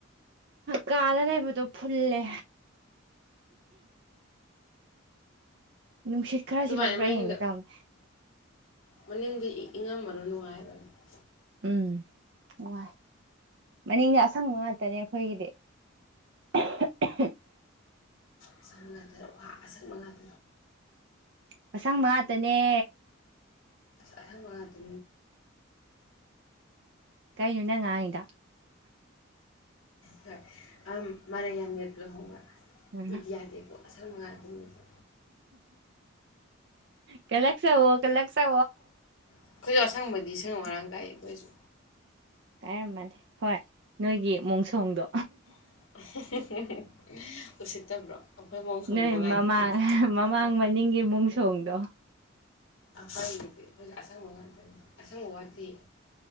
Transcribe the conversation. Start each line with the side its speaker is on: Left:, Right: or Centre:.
Right: ꯀꯥꯗ ꯂꯩꯕꯗꯣ ꯐꯨꯜꯂꯦ ꯅꯨꯡꯁꯤꯠ ꯈꯔ
Left: ꯑꯗꯨꯃꯥꯏꯅ
Right: ꯁꯤꯜꯂꯛꯄ꯭ꯔꯥ
Left: ꯃꯅꯤꯡꯗ
Right: ꯌꯦꯡꯒꯦ ꯇꯥꯅꯦ
Left: ꯃꯅꯤꯡꯗꯤ ꯏꯪꯉꯝꯃꯅ ꯅꯨꯡꯉꯥꯏꯔꯕꯅꯤ <inaudible>
Right: ꯎꯝ ꯅꯨꯉꯥꯏ ꯃꯅꯤꯡꯅ ꯑꯁꯪꯕ ꯉꯥꯛꯇꯅꯦ ꯈꯣꯏꯒꯤꯗꯤ <unintelligible>
Left: ꯑꯁꯟ ꯃꯉꯥ ꯇꯔꯨꯛ ꯋꯥ ꯑꯁꯟ ꯃꯉꯥ ꯇꯛ
Right: ꯃꯁꯪ ꯃꯥꯛꯇꯅꯦ
Left: ꯑꯊ ꯃꯥ ꯑꯗꯨ
Right: ꯀꯩꯅꯣ ꯅꯪ ꯉꯥꯡꯗ
Left: ꯍꯣꯏ ꯑ ꯃꯔꯩ ꯌꯥꯝꯃꯤ ꯑꯗꯨꯣ ꯍꯣꯡꯕ꯭ꯔ
Right: ꯎꯝ
Left: ꯏꯗꯤꯌꯥꯗꯦꯀꯣ ꯑꯁꯪ ꯉꯥꯏ ꯑꯗꯨꯝꯅꯤꯁꯦ
Right: ꯀꯂꯒꯁ ꯀꯂꯛꯁ
Left: ꯑꯩꯈꯣꯏꯁꯨ ꯑꯁꯪꯕꯗꯤ ꯁꯪꯉ ꯃꯔꯥꯡ ꯀꯥꯏ ꯑꯩꯈꯣꯏꯁꯨ
Right: ꯀꯥꯏꯔꯝꯕꯅꯤ ꯍꯣꯏ ꯅꯣꯏꯒꯤ ꯃꯣꯡꯁꯣꯡꯗꯣ
Left: <unintelligible> ꯎꯁꯤꯠꯇꯕ꯭ꯔꯣ ꯑꯩꯈꯣꯏ ꯃꯑꯣꯡ ꯁꯣꯡꯗꯣ
Right: ꯅꯣꯏ
Left: ꯀꯥꯏꯗꯤ
Right: ꯃꯃꯥꯡ
Left: ꯀꯩꯅꯣ
Right: ꯃꯃꯥꯡ ꯃꯅꯤꯡꯒꯤ ꯃꯨꯛ ꯁꯣꯡꯅꯤ ꯗ
Left: ꯍꯥꯏꯗꯤ ꯑꯩꯈꯣꯏ ꯑꯁꯪꯕ ꯉꯥꯛꯇꯅꯤ ꯑꯁꯪꯕ ꯋꯥꯇꯤ